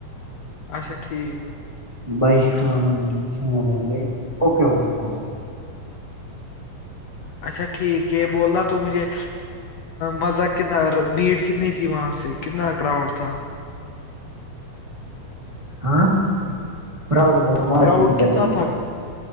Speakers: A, on the left; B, on the right.
A: اچھا ٹھیک
B: بائی ہاں ب اکے اوکے چلو
A: اچھا ٹھیک یہ بول رہ تو مجھے مذق کنار بھیڑ کتنی تھی وہاں سے کتنا کراؤڈ تھا
B: ہاں پرؤڈ بتارٹنے
A: کراؤڈ
B: کی جگہ
A: کتنا
B: نہیں
A: تھا